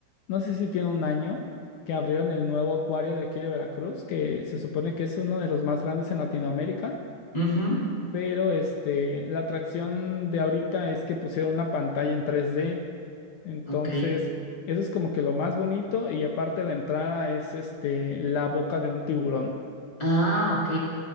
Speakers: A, on the left; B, on the left.
A: no sé si tiene un año, que abrieron el nuevo acuario de aquí de Veracruz, que se supone que es uno de los más grandes en Latinoamérica,
B: Mhm.
A: pero este, la atracción de ahorita es que pusieron una pantalla en 3D. Entonces,
B: Ok.
A: eso es como que lo más bonito y aparte la entrada es este la boca de un tiburón.
B: Ah, ok.